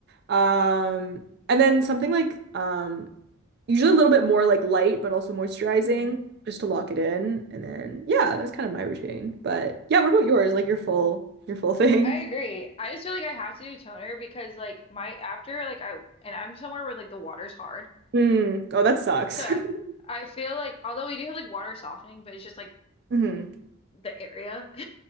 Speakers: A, on the right; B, on the left.
A: Um, and then something like um, usually a little bit more like light, but also moisturizing,
B: hmm
A: just to lock it in. And then yeah, that's kind of my routine. But yeah, what about yours? Like your full your full <laughs> thing?
B: I agree. I just feel like I have to do toner because like my after like I and I'm somewhere where like the water's hard,
A: Mm. Oh, that sucks.
B: so
A: <laughs>
B: I feel like although we do have like water softening, but it's just like
A: hmm
B: the area, <laughs>